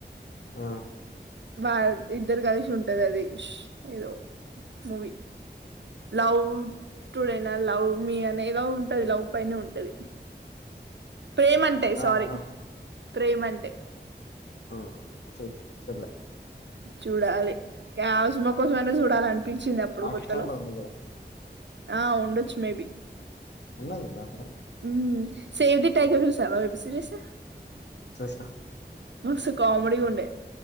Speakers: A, on the left (about 75°); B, on the right (about 80°).
A: ఆ
B: వా ఇద్దరు కలిసి ఉంటది అది ష్ ఏదో మూవీ లవ్ టుడే నా లవ్ మీ అనేద ఉంటది లవ్ పైనే ఉంటది ప్రేమ అంటే సారీ
A: ఆహా
B: ప్రేమ అంటే
A: ఆ చల్లే చుల్లా
B: చూడాలి కావసుమ కోసమనా చూడాలంటే పించింది అప్పుడు
A: హాట్
B: కొత్తలో
A: స్టార్ లో ఉంది కదా
B: ఆ ఉండొచ్చు మేబి
A: ఉన్నాది నటుడవ్
B: మ్ సేవ్ దీ టైగర్ చూసావా వెబ్ సిరీస్
A: చూసిన
B: మస్తు కామెడీగుండె